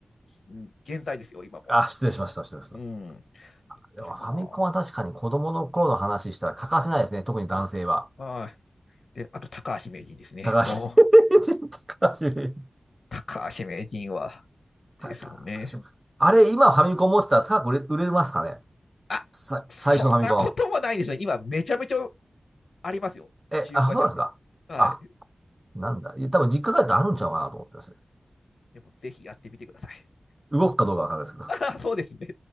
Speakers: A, on the left (about 80°); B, on the right (about 15°).
A: うん健在ですよ、今も。
B: う。あ、失礼しました、失礼しまし
A: うん。
B: た。でもファミコンは確かに子供の頃の話したら欠かせないですね。
A: 誰かな
B: 特に男性は。
A: あはい。で、あと、高橋名人ですね。
B: 高橋
A: もう、
B: <laughs> 人高橋名人
A: 高橋名人は、ですよね。
B: 高橋。あれ、今ファミコン持ってたら高く売れ、売れますかね
A: あ、
B: さ、
A: そんなこともないですね。
B: 最初のファミコン。
A: 今、めちゃめちゃありますよ。
B: え、
A: 中古屋さん行っても。
B: あ、そうなんですかあ、
A: はい。
B: なんだ。いや、多分実家帰ったらあるんちゃうかなと思ってますね。
A: でも、ぜひやってみてください。
B: 動くかどうかわかんないですけど。
A: <laughs> あそうですね。